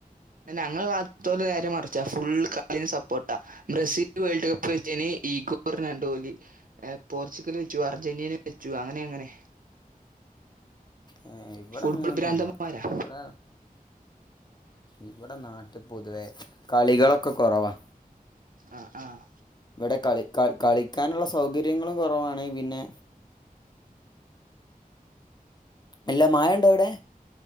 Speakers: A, on the right (about 65°); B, on the left (about 30°).
A: ഞങ്ങടെ ഭാഗത്തു നേരെ മറിച്ച ഫുൾ കളി സപ്പോർട്ടാ ബ്രസീൽ വേൾഡ് കപ്പ് ഇപ്പൊ വെച്ചേനി ഈഗോന്ന് പറഞ്ഞാലി പോർുഗൽ വെച്ചു അർജന്റീന വെച്ചു അങ്ങനെ അങ്ങനെ
B: ഉം ഇവിടങ്ങനൊന്നുല്ല
A: ഫുട്ബോൾ ഭ്രാന്തന്മാരാ
B: ഇവിടെ ഇവിടെ നാട്ടി പൊതുവേ കളികളൊക്കെ കൊറവാ
A: അ ആഹ്
B: ഇവിടെ കളി കള് കളിക്കാനുള്ള സൗകര്യങ്ങളും കൊറവാണ് പിന്നെ. എല്ല മയണ്ടോ അവടെ